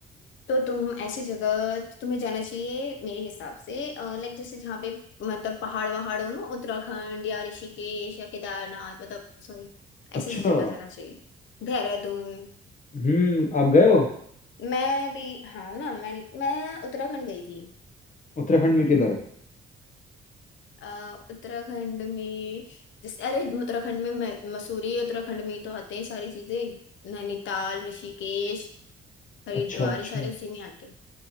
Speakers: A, on the left; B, on the left.
A: तो तुम ऐसी जगह तुम्हें जाना चाहिए मेरे हिसाब से लाइक जैसे जहाँ पे मतलब पहाड़ वहाड़ हो ना उत्तराखंड या ऋषिकेश या केदारनाथ मतलब सॉरी
B: अच्छा
A: ऐसी ऐसी जगह जाना चाहिए देहरादून
B: हम्म आप गए हो
A: मैं भी हाँ ना मैं मैं उत्तराखंड गई थी
B: उत्तराखंड में किधर
A: अ, उत्तराखंड में जैसे अरे उत्तराखंड में म- मसूरी उत्तराखंड में ही तो आते हैं सारी चीजें नैनीताल ऋषिकेश हरिद्वार
B: अच्छा अच्छा
A: ये सारे उसी में आते हैं